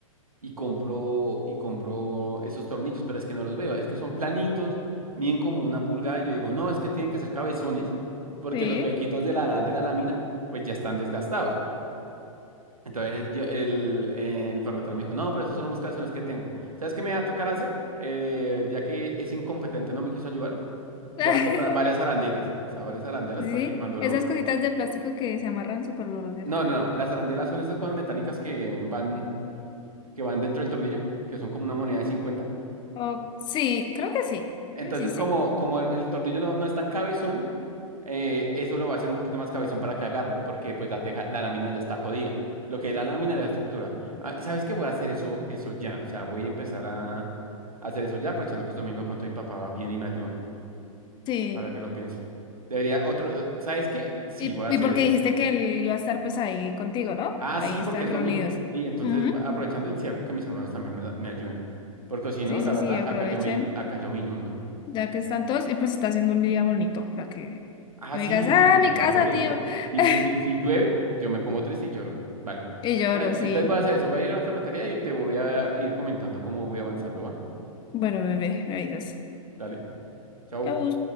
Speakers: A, on the right (about 85°); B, on the left (about 25°).
A: y compro, y compro esos tornillos, pero es que no los veo, es que son planitos, miden como una pulgada, y yo digo, no, es que tienen que ser cabezones, porque
B: Sí.
A: los huequitos de la, de la lámina, pues ya están desgastados. Entonces yo, el, eh, el ferretero me dijo, no, pero esos son los más cabezones que tengo. ¿Sabes qué me va a tocar hacer? Eh, ya que ese incompetente no me quiso ayudar, voy
B: <laughs>
A: a comprar varias arandelas, o sea, varias arandelas
B: Sí,
A: para que cuando
B: esas
A: lo...
B: cositas de plástico que se amarran súper duro, ¿cierto?
A: No, no, no, las arandelas son estas cosas metálicas que van, que van dentro del tornillo, que son como una moneda de cincuenta
B: O- sí, creo que sí.
A: Entonces,
B: creo que Sí, sí.
A: como, como el, el tornillo no, no es tan cabezón, eh, eso lo va a hacer un poquito más cabezón para que agarre, porque pues la teja, la lámina ya está jodida. Lo que es la lámina es la estructura. Ah, y ¿sabes qué? Voy a hacer eso, eso ya. O sea, voy a empezar a, a hacer eso ya, aprovechando que es domingo de pronto y papá va bien y me ayuda.
B: Sí.
A: Ahora que lo pienso. Debería otro, eh, ¿sabes qué? Sí,
B: Y,
A: voy a
B: y
A: hacer
B: porque
A: eso.
B: dijiste que él iba a estar pues ahí contigo, ¿no?
A: Ah,
B: Ahí
A: sí,
B: están
A: porque es
B: reunidos.
A: domingo. Sí, entonces
B: Ujú.
A: va- aprovechando y si algo que mis hermanos también me, me ayuden. Porque si
B: Sí,
A: no, la
B: sí,
A: verdad,
B: sí, aprovechen,
A: acá yo me, in- acá yo me inundo.
B: ya que están todos, y pues está haciendo un día bonito para que
A: Ah,
B: me
A: sí,
B: digas,
A: no-
B: ah,
A: y
B: mi
A: está
B: casa,
A: lloviendo.
B: tío.
A: Y
B: <laughs>
A: pues, si, si llueve, yo me pongo triste y lloro. Vale.
B: Y lloro,
A: Ent-
B: sí.
A: Entonces voy a hacer eso. Voy a ir a la ferretería y te voy a ir comentando cómo voy avanzando, ¿va?
B: Bueno, bebé, me avisas.
A: Dale. Chao.
B: Chau.